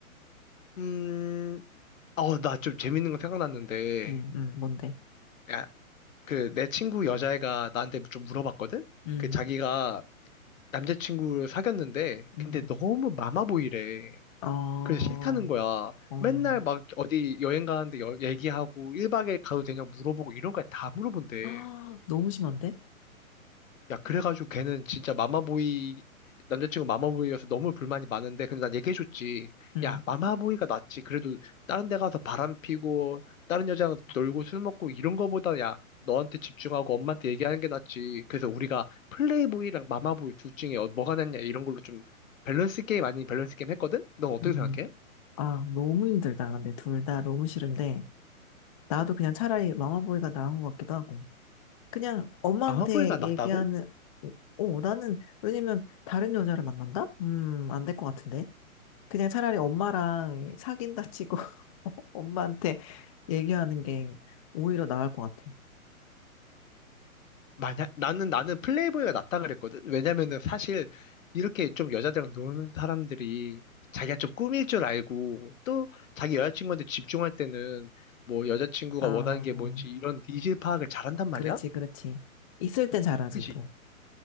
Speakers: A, on the left; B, on the left.
A: 음. 어, 나 좀 재밌는 거 생각났는데.
B: 음, 음, 뭔데?
A: 야, 그 내 친구 여자애가 나한테 좀 물어봤거든?
B: 음,
A: 그 자기가 남자친구를 사귀었는데,
B: 음.
A: 근데 너무 마마보이래.
B: 어,
A: 그래서 싫다는 거야.
B: 어.
A: 맨날 막 어디 여행 가는데 여- 얘기하고 1박 에일 가도 되냐 물어보고 이런 거 다 물어본대.
B: <gasps> 아, 너무 심한데?
A: 야, 그래가지고 걔는 진짜 마마보이, 남자친구 마마보이여서 너무 불만이 많은데, 근데 난 얘기해줬지.
B: 음,
A: 야, 마마보이가 낫지. 그래도 다른 데 가서 바람 피고, 다른 여자랑 놀고 술 먹고 이런 거보다 야, 너한테 집중하고 엄마한테 얘기하는 게 낫지. 그래서 우리가 플레이보이랑 마마보이 둘 중에 어- 뭐가 낫냐 이런 걸로 좀 밸런스 게임 아닌 밸런스 게임 했거든? 넌 어떻게
B: 음.
A: 생각해?
B: 아, 너무 힘들다. 근데 둘 다 너무 싫은데. 나도 그냥 차라리 마마보이가 나은 것 같기도 하고. 그냥 엄마한테
A: 마마보이가 낫다고?
B: 얘기하는, 어, 나는, 왜냐면 다른 여자를 만난다? 음, 안 될 것 같은데. 그냥 차라리 엄마랑 사귄다 치고 <laughs> 엄마한테 얘기하는 게 오히려 나을 것 같아.
A: 만약 나는 나는 플레이보이가 낫다 그랬거든. 왜냐면은 사실 이렇게 좀 여자들이랑 노는 사람들이 자기가 좀 꾸밀 줄 알고 또 자기 여자친구한테 집중할 때는 뭐 여자친구가
B: 아,
A: 원하는 게 뭔지
B: 음,
A: 이런 니즈 파악을 잘한단 말이야.
B: 그렇지, 그렇지. 있을 땐 잘하지,
A: 그지?
B: 또.